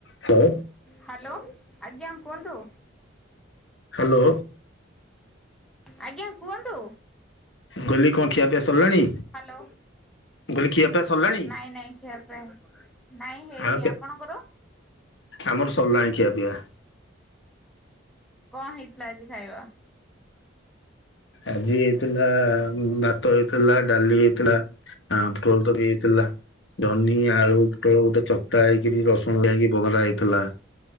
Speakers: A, on the left (about 65°); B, in the centre.
A: Hello
B: hello ଆଜ୍ଞା କୁହନ୍ତୁ?
A: Hello.
B: ଆଜ୍ଞା କୁହନ୍ତୁ।
A: ମୁଁ କହିଲି କଣ ଖିଆ ପିଆ ସରିଲାଣି?
B: ହାଲୋ
A: ଗଲି ଖିଆପିଆ ସରିଲାଣି
B: ନାଇଁ ନାଇଁ ଖିଆ ପିଆ ହେଇନି ନାଇଁ ହେଇନି।
A: ଆଉ କେ
B: ଆପଣଙ୍କର? <inaudible>
A: ଆମର ସରିଲାଣି ଖିଆ ପିଆ।
B: କଣ ହେଇଥିଲା ଆଜି ଖାଇବା?
A: ଆଜି ହେଇଥିଲା ଭାତ ହେଇଥିଲା। ଡାଲି ହେଇଥିଲା ଫୁଲ କୋବି ହେଇଥିଲା। ଜହ୍ନି, ଆଳୁ, ପୋଟଳ ଗୋଟେ ଚକଟା ହେଇକିରି ରସୁଣ ଦିଆ ବହରା ହେଇଥିଲା।